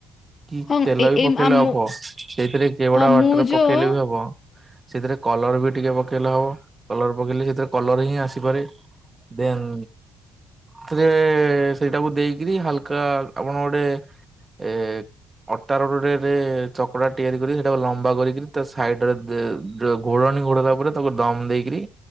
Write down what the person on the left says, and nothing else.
ହଁ
ଏ
ଏ
ଆମ
ହଁ
ମୁଁ ଯୋଉ